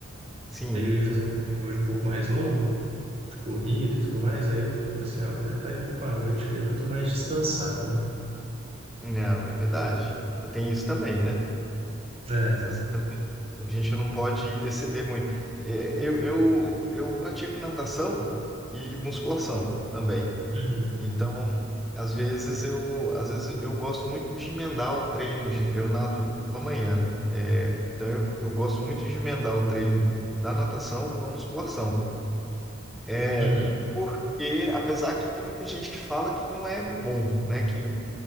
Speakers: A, in the centre; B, on the right.
A: Sim,
B: aí eu ia fazer um treino hoje um pouco mais longo, de corrida e tudo mais, aí eu falei assim, ah, eu vou tentar ir um pouco à noite, que aí eu já tô mais descansado, né?
A: não, é verdade. Tem isso também, né?
B: É, é,
A: Às vezes também a gente não pode exceder muito. É, eu, eu, eu pratico natação e musculação também.
B: uhum,
A: Então Às vezes eu, às vezes eu gosto muito de emendar o treino, de- eu nado pela manhã, né? É, então eu, eu gosto muito de emendar o treino da natação com a musculação. É,
B: uhum,
A: porque apesar que tem muita gente que fala que não é bom, né? Que,